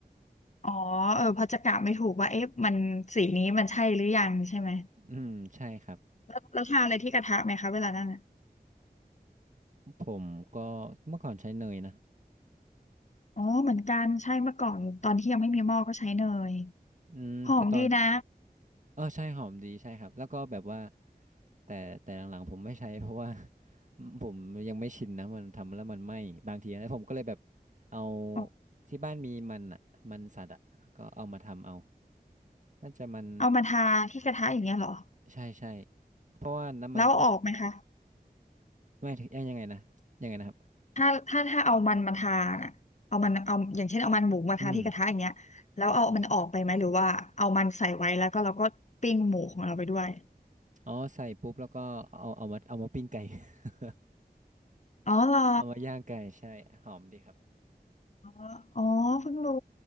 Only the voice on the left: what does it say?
อ๋อเออเพราะจะกะไม่ถูกว่าเอ๊ะมันสีนี้มันใช่หรือยังใช่ไหม
แล้วแล้วทานอะไรที่กระทะไหมคะเวลานั้นอ่ะ
อ๋อเหมือนกันใช่เมื่อก่อนตอนที่ยังไม่มีหม้อก็ใช้เนย
หอมดีนะ
อ๋อ
เอามาทาที่กระทะอย่างเงี้ยเหรอ
แล้วเอาออกไหมคะ
ถ้าถ้าถ้าเอามันมาทาน่ะเอามันเอาอย่างเช่นเอามันหมูมาทาที่กระทะอย่างเงี้ยแล้วเอามันออกไปไหมหรือว่าเอามันใส่ไว้แล้วก็เราก็ปิ้งหมูของเราไปด้วย
อ๋อเหรอ
อ๋ออ๋อเพิ่งรู้